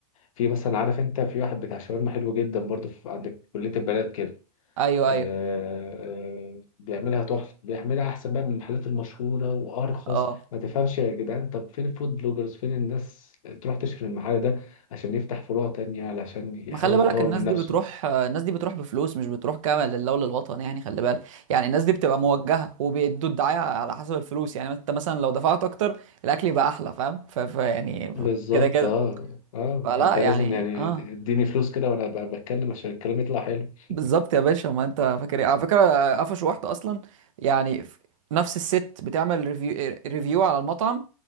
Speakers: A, on the left (about 60°); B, on the right (about 55°).
A: في مثلا عارف انت في واحد بتاع شاورما حلو جدا برضه في عند كليه البنات كده
B: ايوه
A: آه،
B: ايوه
A: آه، بيعملها تحفة بيعملها أحسن بقى من المحلات المشهورة وأرخص
B: اه
A: ما تفهمش يا جدعان طب فين الفود بلوجرز فين الناس تروح تشهر المحل ده عشان يفتح فروع تانية علشان يحاول
B: ما خلي بالك
A: يطور
B: الناس
A: من
B: دي
A: نفسه
B: بتروح الناس دي بتروح بفلوس مش بتروح كامل لله وللوطن يعني خلي بالك يعني الناس دي بتبقى موجهه وبيدوا الدعايه على حسب الفلوس يعني انت مثلا لو دفعت اكتر الاكل يبقى احلى فاهم ف... ف... يعني
A: بالظبط
B: كده كده
A: اه اه
B: فلا
A: انت
B: يعني
A: لازم يعني
B: اه
A: اديني فلوس كده وانا ب- بتكلم عشان الكلام يطلع حلو
B: بالظبط يا باشا ما انت فاكر ايه على فكره قفشوا واحده اصلا يعني ف- نفس الست بتعمل ريفيو ريفيو على المطعم